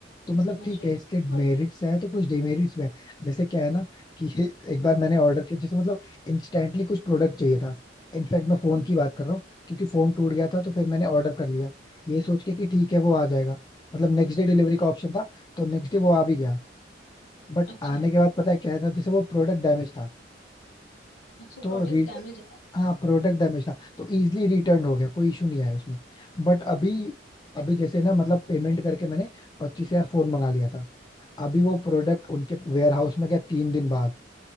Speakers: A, on the left (about 20°); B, on the left (about 75°).
A: तो मतलब
B: समझ
A: ठीक
B: रही
A: है
B: हूँ
A: इसके मेरिट्स
B: और-
A: हैं तो कुछ डिमेरिट्स भी हैं जैसे क्या है ना कि <laughs> एक बार मैंने ऑर्डर किया जैसे मतलब इंस्टेंटली कुछ प्रोडक्ट चाहिए था इनफैक्ट मैं फोन
B: हम्म,
A: की बात कर रहा हूँ क्योंकि फोन टूट गया था तो फिर मैंने ऑर्डर कर लिया ये सोच के कि ठीक है वो आ जाएगा मतलब नेक्स्ट डे डिलीवरी का ऑप्शन था तो नेक्स्ट डे वो आ भी गया बट
B: अच्छा
A: आने के बाद पता है क्या था जैसे वो प्रोडक्ट डैमेज था
B: अच्छा
A: तो
B: प्रोडक्ट
A: री
B: डैमेज आया
A: हाँ प्रोडक्ट
B: हम्म
A: डैमेज था तो इजिली रिटर्न हो गया कोई इशू नहीं आया उसमें बट अभी अभी जैसे ना मतलब पेमेंट करके मैंने पच्चीस हजार फोन मंगा लिया था अभी वो प्रोडक्ट उनके वेयर हाउस में गया तीन दिन बाद